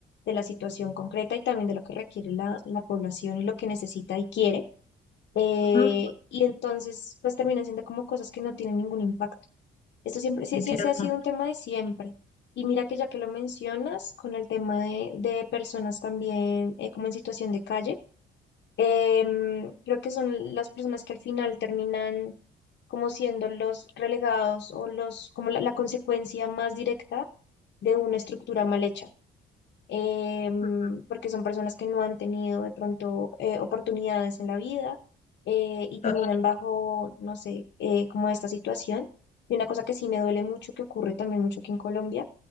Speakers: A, on the left; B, on the left.
A: de la situación concreta y también de lo que requiere la, la población y lo que necesita y quiere. Eh,
B: ujú,
A: y entonces, pues terminan siendo como cosas que no tienen ningún impacto. Esto siempre sí,
B: entiendo.
A: sí, sí ha sido un tema de siempre. Y mira que ya que lo mencionas, con el tema de, de personas también eh, como en situación de calle, em, creo que son las personas que al final terminan como siendo los relegados o los, como la la consecuencia más directa de una estructura mal hecha em,
B: ujú,
A: porque son personas que no han tenido de pronto eh, oportunidades en la vida eh, y
B: claro,
A: terminan bajo, no sé, eh, como esta situación. Y una cosa que sí me duele mucho, que ocurre también mucho aquí en Colombia,